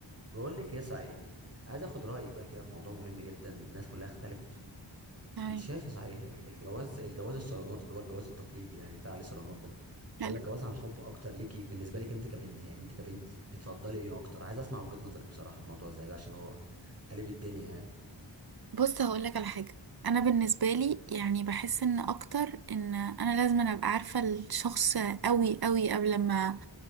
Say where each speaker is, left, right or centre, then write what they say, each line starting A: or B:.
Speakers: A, on the right; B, on the right.
A: بقول لك ايه صحيح عايز اخد رايك بقى كده في موضوع مهم جدا الناس كلها اختلفت فيه
B: تمام
A: انت شايف صحيح ال- الجواز الجواز الصالونات اللي هو الجواز التقليدي يعني بتاع عليه صالونات ده ولا
B: حلو
A: الجواز عن حب اكتر ليكي بالنسبه لك انت كبنت يعني انت كبنت بتفضلي ايه اكتر عايز اسمع وجهه نظرك بصراحه في موضوع زي ده عشان هو قلب الدنيا يعني
B: بص هقول لك على حاجه انا بالنسبه لي يعني بحس ان اكتر ان انا لازم أنا ابقى عارفه الشخص قوي قوي قبل ما